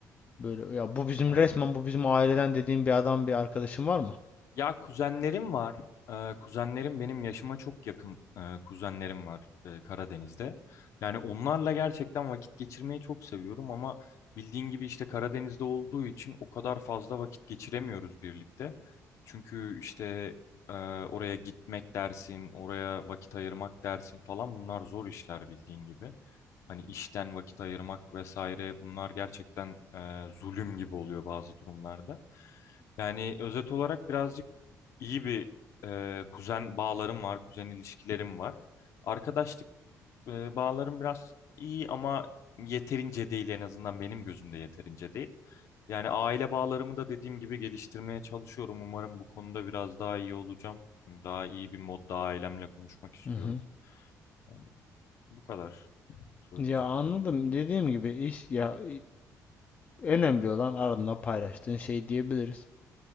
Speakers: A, on the left; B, on the left.
A: böyle ya bu bizim
B: Evet.
A: resmen bu bizim aileden dediğin bir adam bir arkadaşın var mı?
B: Ya kuzenlerim var. Ee, kuzenlerim benim yaşıma çok yakın e, kuzenlerim var e, Karadeniz'de. Yani onlarla gerçekten vakit geçirmeyi çok seviyorum ama bildiğin gibi işte Karadeniz'de olduğu için o kadar fazla vakit geçiremiyoruz birlikte. Çünkü işte e, oraya gitmek dersin, oraya vakit ayırmak dersin falan bunlar zor işler bildiğin gibi. Hani işten vakit ayırmak vesaire bunlar gerçekten e, zulüm gibi oluyor bazı durumlarda. Yani özet olarak birazcık iyi bir e, kuzen bağlarım var, kuzen ilişkilerim var. Arkadaşlık e, bağlarım biraz iyi ama yeterince değil en azından benim gözümde yeterince değil. Yani aile bağlarımı da dediğim gibi geliştirmeye çalışıyorum. Umarım bu konuda biraz daha iyi olacağım. Çünkü daha iyi bir modda ailemle konuşmak istiyorum.
A: Hı hı.
B: Yani bu kadar söyleyeceklerim.
A: Ya anladım. Dediğim gibi iş ya Önemli olan ardından paylaştığın şey diyebiliriz.